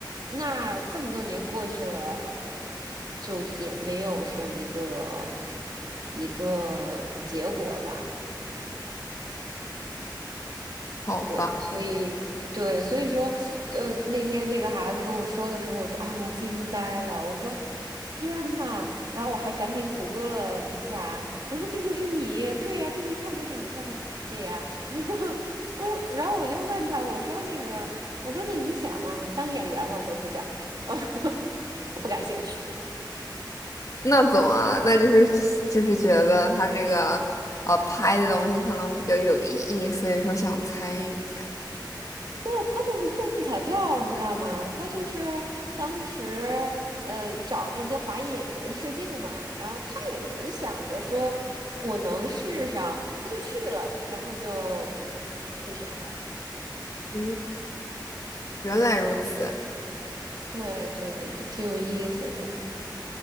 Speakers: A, on the right (about 60°); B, on the left (about 45°).
A: 那这么多年过去了，就也没有说一个一个结果吧。
B: 好吧？
A: 对，所以对，所以说，呃，那天这个孩子跟我说的时候，我就啊、惊呆了，我说天呐，然后我还赶紧谷歌了一下，我说这就是你，对呀，这一看就是你。他说对呀，<laughs> 我然后我就问他，我说那个，我说那你想当演员吗？他说不想，<laughs> 我不感兴趣。
B: 那怎么？那就是就是觉得他这个呃拍的东西可能比较有意义，所以说想参与一下。
A: 没有，他就是中彩票，你知道吗？他就是当时呃找这些华裔演员试镜嘛，然后他也没想着说我能试上，他就去了，然后就被选上了。
B: 嗯，原来如此。
A: 对对对，就挺有意思的。